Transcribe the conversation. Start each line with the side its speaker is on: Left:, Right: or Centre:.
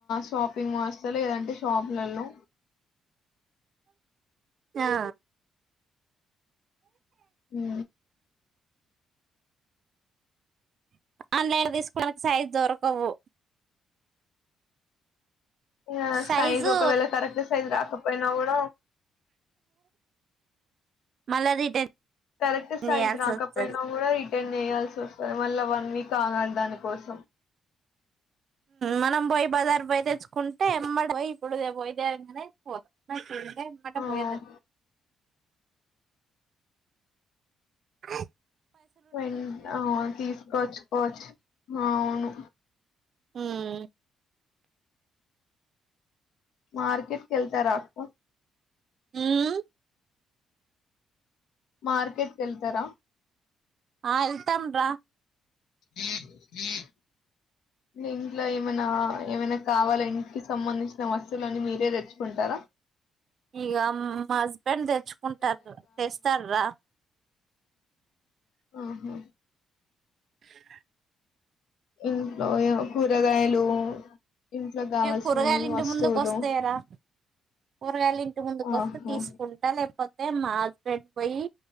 Left: షాపింగ్ వస్తే లేదంటే షాపులలో
Right: ఆ
Left: హ
Right: ఆన్లైన్ తీసుకోడానికి సైజ్ దొరకవు
Left: ఆ
Right: సైజు
Left: సైజ్ ఒకవేళ కరెక్ట్ సైజ్ రాక పోయినకూడ
Right: మల్ల రిటర్న్
Left: కరెక్ట్ సైజ్
Right: చేయాల్సి
Left: రాకపోయినా
Right: వస్తది
Left: కూడా రిటర్న్ చేయయాల్సి వ మల్ల వన్ వీక్ ఆగాలి దాని కోసం
Right: మనం పోయి బజార్ పోయి తెచ్చుకుంటే ఎమ్మటి పోయి ఇప్పుడుదే పోయదేంగానే పో దే అట్ట
Left: ఆ
Right: పోయిద్దాం అ
Left: పోడ్ ఆ తీసుకోచ్చుకోచ్చ ఆ ను
Right: ఉహ్
Left: మార్కెట్ కెల్త రాక్క
Right: ఉహ్
Left: మార్కెట్కి ఎళ్తారా
Right: ఆహ్ ఎల్తంమ్రా
Left: హ ఇంట్లో ఏమైనా ఏమైనా కావాలా ఇంటికి సంబంధించిన. వస్తువులున్నీ మీరే తేస్ కుంటారా
Right: ఇగా మా హస్బెండ్ తెచ్చుకుంటారు. తెస్తార్రా
Left: ఆహ్ హా
Right: <unintelligible>
Left: ఇంట్లో ఏవో కూరగాయలు ఇంట్లో కావాల్సినవి
Right: ఏగ్ కూరగాయలు ఇంటి
Left: వస్తువులు
Right: ముందుకోస్తాయ్. రా కూరగాయలు ఇంటి ముందుకు వస్తే
Left: ఆహా
Right: తీసుకుంటా. లేక్ కపోతే మా హస్బెండ్ పోయి.